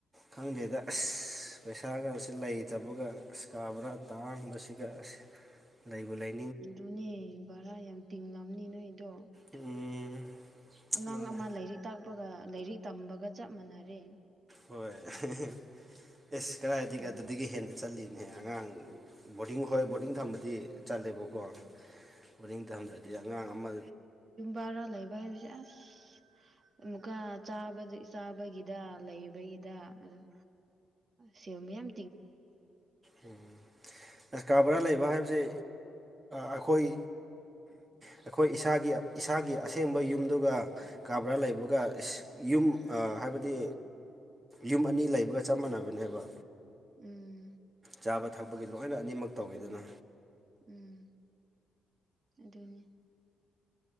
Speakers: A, on the right; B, on the right.
A: ꯈꯪꯗ꯭ꯔꯦꯗ ꯑꯁ ꯑ ꯄꯩꯁꯥꯒ ꯑꯁꯤ ꯂꯩꯇꯕꯒ ꯀꯥꯕ꯭ꯔꯥ ꯇꯥꯡꯕꯁꯤꯒ ꯂꯩꯕ ꯂꯩ
B: ꯑꯗꯨꯅꯦ ꯚꯔꯥ ꯌꯥꯝ ꯇꯤꯡꯂꯕꯅꯤ ꯅꯣꯏꯗꯣ
A: ꯎꯝ
B: ꯑꯉꯥꯡ
A: ꯃꯥꯅꯦ
B: ꯑꯃ ꯂꯥꯏꯔꯤꯛ ꯇꯥꯛꯄꯒ ꯂꯥꯏꯔꯤꯛ ꯇꯝꯕꯒ ꯆꯞ ꯃꯥꯟꯅꯔꯦ
A: ꯍꯣꯏ ꯑꯦꯁ ꯀꯗꯥꯥꯏꯗꯒꯤꯒ
B: ꯑꯗꯨꯅꯤ
A: ꯑꯗꯨꯗꯒꯤ ꯍꯦꯟꯅ ꯆꯠꯂꯤꯅꯦꯍ ꯑꯉꯥꯡ ꯕꯣꯔꯗꯤꯡ ꯍꯣꯏ ꯕꯣꯔꯗꯤꯡ ꯊꯝꯕꯗꯤ ꯆꯠꯂꯦꯕꯀꯣ ꯃꯅꯤꯡ ꯇꯝꯗ꯭ꯔꯗꯤ ꯑꯉꯥꯡ ꯑꯃ
B: ꯇꯔꯥ ꯂꯩꯕ ꯍꯁ ꯑꯁ ꯑꯃꯨꯛꯀꯥ ꯆꯥꯕꯒꯤꯗ ꯂꯩꯕꯒꯤꯗ ꯑꯗꯨꯝ ꯁꯤꯃꯤ ꯌꯥꯝ
A: ꯎ ꯎꯝ ꯑꯁ ꯀꯥ ꯕꯣꯔꯥ ꯂꯩꯕ ꯍꯥꯏꯕꯕꯁꯤꯦ ꯑꯩꯈꯣꯏ ꯑꯩꯈꯣꯏ ꯏꯁꯥꯒꯤ ꯏꯁꯥꯒꯤ ꯑꯁꯦꯡꯕ ꯌꯨꯝꯗꯨꯒ ꯀꯥꯕꯔꯥ ꯂꯩꯕꯒ ꯌꯨꯝ ꯍꯥꯏꯕꯗꯤ ꯌꯨꯝ ꯑꯅꯤ ꯂꯩꯕꯒ ꯆꯞ ꯃꯥꯟꯅꯕꯅꯦꯕ
B: ꯎꯝ
A: ꯆꯥꯕ ꯊꯛꯄꯒꯤ ꯂꯣꯏꯅ ꯑꯅꯤꯃꯛ ꯇꯧꯋꯤꯗꯅ
B: ꯎꯝ ꯑꯗꯨꯅꯦ